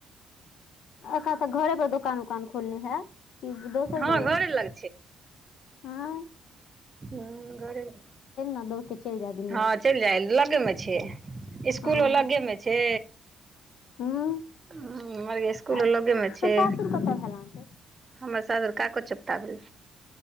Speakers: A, on the left; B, on the right.
A: एखा तऽ घरे पर दोकान उकान खोलले है की दोसर
B: हँ
A: जगह?
B: घरे लग
A: आँ
B: हँ घरे
A: ने दौड़ के चलि जाह दुनू
B: हँ चइल जाइ लगे में छै। स्कूलो
A: हँ
B: लगेमे छै।
A: हूँ
B: हूं <unintelligible> स्कूल
A: आ
B: लगेमे छै।
A: तऽ सासुर कतऽ भेल अहाँके?
B: हमर सासुर काकोचोप्ता भेल।